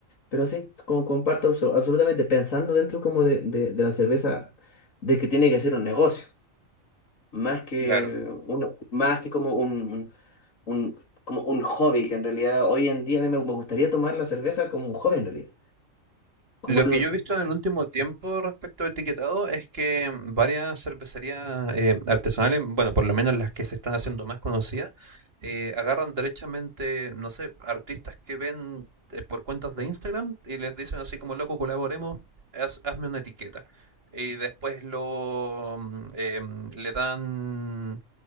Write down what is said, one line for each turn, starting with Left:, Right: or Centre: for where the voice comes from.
Left: Pero sí, como comparto abso- absolutamente, pensando dentro como de, de- de la cerveza, de que tiene que ser un negocio, más que,
Right: claro.
Left: uno, más que como un, un, un- como un hobby, que en realidad hoy en día a mí me me gustaría tomar la cerveza como un hobby en realidad. Como
Right: Lo
Left: algo,
Right: que yo he visto en el último tiempo respecto al etiquetado es que varias cervecerías eh, artesanales, bueno, por lo menos las que se están haciendo más conocidas, eh, agarran derechamente, no sé, artistas que ven eh, por cuentas de Instagram y les dicen así como, loco, colaboremos, haz- hazme una etiqueta. Y después lo mm, em, le dan